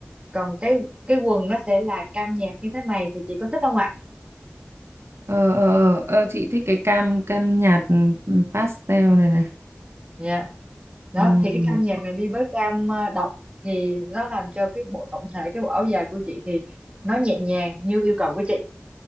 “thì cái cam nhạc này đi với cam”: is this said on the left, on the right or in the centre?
Right